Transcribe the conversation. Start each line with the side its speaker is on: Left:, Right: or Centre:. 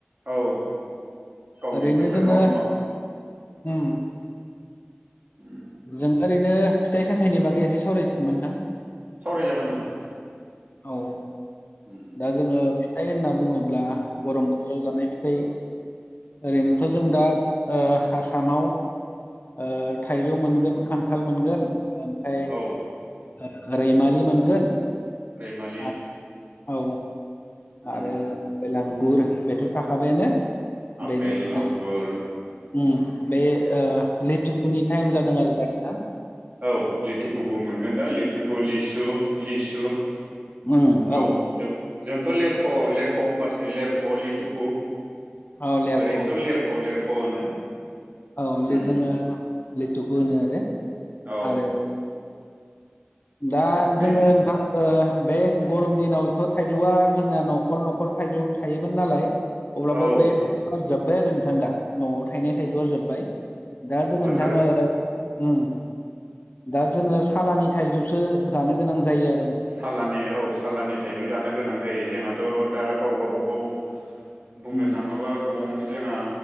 Right: औ गावनि
Left: ओरैनो
Right: बोथोर
Left: जोङो
Right: नङा होमबा
Left: उम
Right: ओम
Left: जों ओरैनो फिथाइ सामथाइनि बागै एसे सावरायनोसै नामा नोंथां
Right: सावरायजागोन नोंथां
Left: औ
Right: उम
Left: दा जोङो फिथाइ होनना बुङोब्ला गरम बोथोराव जानाय फिथाइ ओरैनोथ' जों दा ओ आसामाव ओ थाइजौ मोनगोन खान्थाल मोनगोन ओम फ्राय
Right: औ
Left: ओ रैमालि मोनगोन
Right: रैमालि
Left: आरो औ
Right: उम
Left: आरो आपेल आंगुर बेथ' थाखाबायानो
Right: आपेल
Left: बेनिफ्राय
Right: आंगुर
Left: उम बे ओ लेथुखुनि टाइम जादों आरो दानिया
Right: औ लिथुखुबो मोनगोन दा लिथुखु लिसु लिसु
Left: उम
Right: औ
Left: ओ
Right: जों जोंथ' लेरख' लेरख' होमबासो लेरख' लिथुखु
Left: औ लेरख'
Right: ओरैनोथ' लेरख' लेरख' होनो
Left: औे ले
Right: उम
Left: जोङो लेथुखो होनो आरो।
Right: औ
Left: आरो दा
Right: मेन
Left: जोङो नोंथां ओ बे गरम दिनावथ' थाइजौआ जोंना न'खर न'खर थाइजौ थायोमोन नालाय अब्लाबो
Right: औ
Left: बे थाइजौआ जोब्बाय आरो नोंथां दा न'आव थायनाय थाइजौआ जोब्बाय दा जोङो
Right: बोथोरा
Left: नोंथा ओ उम दा जोङो सालानि थाइजौ सो जानो गोनां जायो आ
Right: सालानि औ सालानि थाइजौ जानो गोनां जायो जोंहाथ' दा गावबा गाबाव बुंनो
Left: उम
Right: थाङोबा गं जोंहा